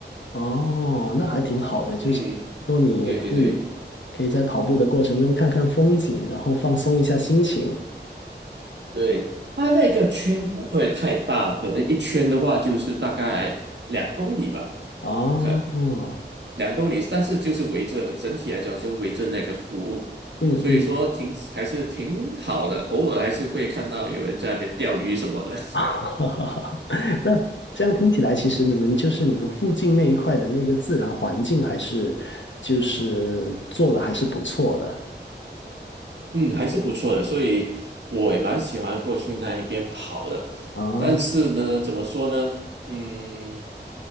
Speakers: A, on the left; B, on the right.
A: 哦，那还挺好的，就像说你也可以
B: 嗯，对对对
A: 可以在跑步的过程中看看风景，然后放松一下心情。
B: 对，它那个圈不会太大的，一圈的话就是大概两公里吧。
A: 哦，
B: 可。两公里，但是就是围着整体来讲就围着那个湖，
A: 嗯嗯，
B: 所以说挺还是挺好的，偶尔还是会看到有人在那边钓鱼什么的，
A: <laughs> 那这样听起来，其实你们就是你们附近那一块的那个自然环境，还是就是做的还是不错的
B: <laughs> 嗯，还是不错的，所以我也蛮喜欢过去那一边跑的，
A: 啊。
B: 但是呢，怎么说呢，嗯，